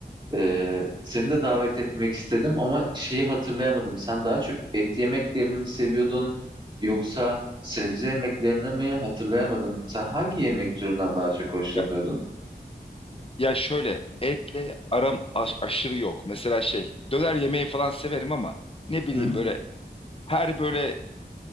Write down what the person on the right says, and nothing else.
e, seni de davet etmek istedim ama şeyi hatırlayamadım. Sen daha çok et yemeklerini mi seviyordun yoksa sebze yemeklerini mi hatırlayamadım. Sen hangi yemek türünden daha çok hoşlanıyordun?
Hı?